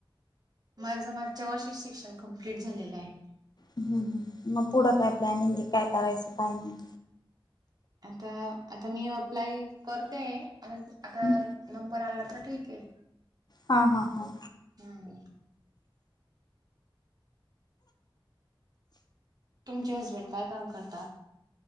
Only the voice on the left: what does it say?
हम्म हम्म मग पुढं काय प्लॅनिंग आहे काय करायचं काय नाही?
हं.
हा हा हा.